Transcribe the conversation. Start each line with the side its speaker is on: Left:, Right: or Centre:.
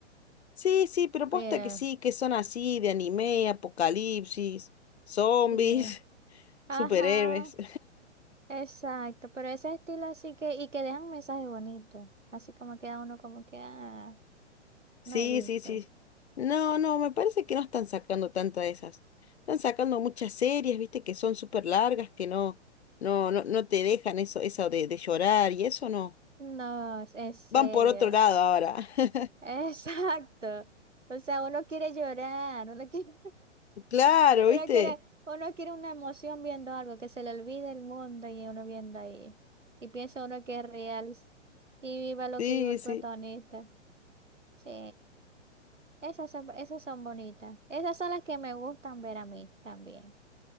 Left: Sí, sí, pero posta
Right: Pero
Left: que sí, que son así, de anime, apocalipsis, zombies,
Right: sí.
Left: <laughs>
Right: Ajá,
Left: superhéroes.
Right: exacto. Pero ese estilo así que, y que dejan mensajes bonitos. Así como queda uno como que, ah,
Left: Sí,
Right: no he visto.
Left: sí, sí. No, no, me parece que no están sacando tantas de esas. Están sacando muchas series, viste, que son súper largas, que no, no, no, no te dejan eso, eso de, de llorar y eso no.
Right: No, es en serio.
Left: Van por otro lado ahora. <laughs>
Right: <laughs> Exacto. O sea, uno quiere llorar, uno quiere
Left: Claro,
Right: Uno
Left: viste.
Right: quiere, uno quiere una emoción viendo algo, que se le olvide el mundo y uno viendo ahí. Y piensa uno que es real y viva lo
Left: Sí,
Right: que viva el
Left: sí.
Right: protagonista. Sí, esas son, esas son bonitas. Esas son las que me gustan ver a mí también.